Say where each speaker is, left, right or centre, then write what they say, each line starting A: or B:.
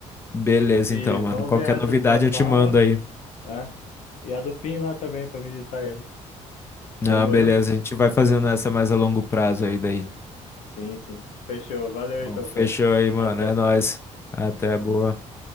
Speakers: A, on the left; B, on the left.
A: Beleza,
B: E
A: então, mano.
B: vamos
A: Qualquer
B: ver essa
A: novidade
B: de São
A: eu
B: Paulo.
A: te mando aí.
B: É. E a do Pim lá também para visitar ele.
A: Não,
B: Demorou?
A: beleza, a gente vai fazendo essa mais a longo prazo aí daí.
B: Sim, sim. Fechou. Valeu
A: Bom,
B: então,
A: fechou
B: Fred.
A: aí, mano.
B: Até.
A: É nóis. Até boa.